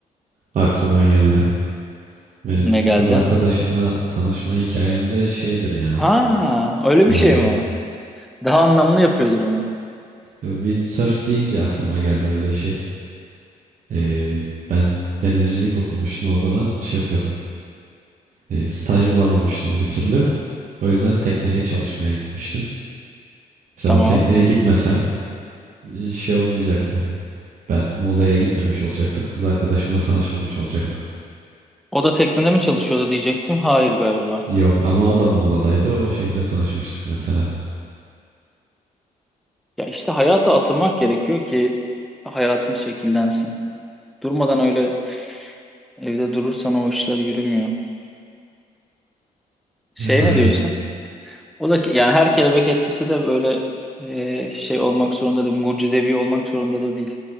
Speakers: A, on the right; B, in the centre.
A: aklıma geldi. Benim
B: Ne geldi?
A: kız arkadaşımla tanışma hikayemde şeydir yani.
B: Ha, öyle
A: E,
B: bir şey mi o? Daha anlamlı yapıyordur onu.
A: windsurf deyince aklıma geldi böyle şey. E, ben denizcilik okumuştum o zaman şey yapıyordum. E, staj bulamamıştım bir türlü. O yüzden tekneye çalışmaya gitmiştim. Mesela
B: Tamam.
A: o tekneye gitmesem e, şey olmayacaktı. Ben Muğla'ya gitmemiş olacaktım. Kız arkadaşımla tanışmamış olacaktım.
B: O da teknede mi çalışıyordu diyecektim. Hayır galiba.
A: Yok ama o da Muğla'daydı. O şekilde tanışmıştık mesela.
B: Ya işte hayata atılmak gerekiyor ki hayatın şekillensin. Durmadan öyle evde durursan o işler yürümüyor. Şey
A: Ya aynen.
B: ne diyorsun? O da ki- yani her kelebek etkisi de böyle e, şey olmak zorunda değil, mucizevi olmak zorunda da değil.